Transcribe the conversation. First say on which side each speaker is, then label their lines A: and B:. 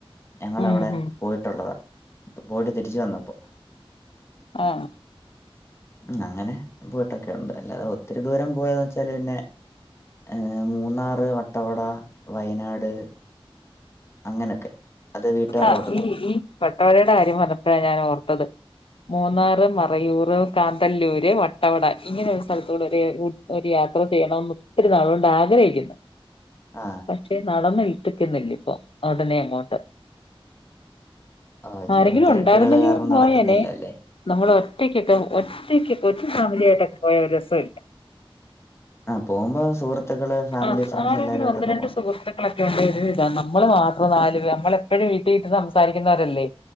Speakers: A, on the left; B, on the left.
A: ഞങ്ങളവടെ
B: ഉം ഉം
A: പോയിട്ടുള്ളതാ പോയിട്ട് തിരിച്ചു വന്നപ്പോ
B: ആഹ്
A: ഉം അങ്ങനെ പോയിട്ടൊക്കെ ഉണ്ട് അല്ലാതെ ഒത്തിരി ദൂരം പോയോച്ചാല് പിന്നെ ഏഹ് മൂന്നാറ് വട്ടവട വയനാട് അങ്ങനൊക്കെ അത് വീട്ടുകാരുടെ
B: ആഹ്
A: കൂട്ടത്തിൽ
B: നീ ഈ വട്ടവടയുടെ കാര്യം പർഞ്ഞപ്പഴാ ഞാൻ ഓർത്തത് മൂന്നാറ് മറയൂർ കാന്തല്ലൂര് വട്ടവട ഇങ്ങനെ ഒരു സ്ഥലൽത്തൂടെ ഒരേ ഉ ഒര് യാത്ര ചെയ്യണംന്ന് ഒത്തിരി നാളോണ്ടാഗ്രഹിക്ക്യുന്ന്
A: ആ
B: പക്ഷേ നടന്ന് ഇൽത്തിക്യുന്നില്ലേപ്പൊ ഒടനെ അങ്ങോട്ട്
A: ആ ജീവിത
B: ആരെങ്കിലു
A: തിരക്കുകൾ
B: ഉണ്ടായിര്ന്നെങ്കി
A: കാരണം
B: പോയേനെ
A: നടക്കുന്നില്ല അല്ലേ
B: നമ്മള് ഒറ്റയ്ക്കൊക്കെ ഒറ്റയ്ക്കൊക്കെ ഒറ്റ ഫാമിലിയായിട്ടൊക്കെ പോയ ഒരു രസൊല്ല
A: ആഹ് പോകുമ്പോ സുഹൃത്തുക്കള് ഫാമിലി
B: ആഹ്
A: ഫ്രണ്ട്സ്
B: ആരെങ്കിലും
A: എല്ലാരുവാട്ടൊക്കെ
B: ഒന്ന് രണ്ട്
A: പോണം
B: <unintelligible> നമ്മള് മാത്രം നാല് പേ നമ്മളെപ്പഴും വീട്ടിര്ന്ന് സംസാരിക്കുന്നവരല്ലേ